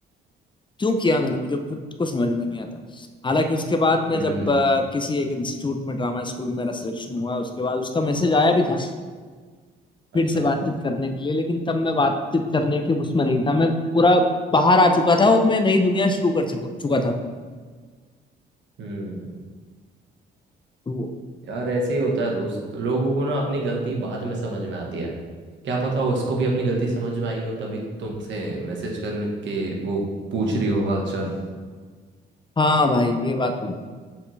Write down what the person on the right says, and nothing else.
हम्म
अच्छा
हम्म
यार ऐसे ही होता है दोस्त तो लोगों को ना अपनी गलती बाद में समझ में आती है क्या पता उसको भी अपनी गलती समझ में आई हो तभी तुमसे मैसेज करके वो पूछ रही हो हालचाल